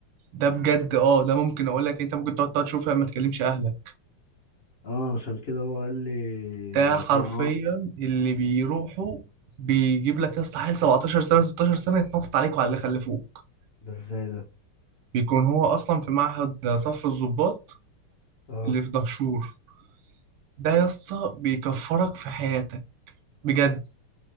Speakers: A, on the right; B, on the left.
A: ده بجد اه ده ممكن اقول لك إيه، انت ممكن تقعد تلات شهور فيها ما تكلمش اهلك
B: اه عشان كده هو قال لي
A: ده حرفيا
B: أخويا روح
A: اللي بيروحوا بيجيب لك يا اسطى حيل 17 سنة 16 سنة يتنطط عليكوا على اللي خلفوك
B: ده ازاي ده
A: بيكون هو اصلا في معهد صف الضباط
B: اه
A: اللي في دهشور ده يا اسطى بيكفرك في حياتك بجد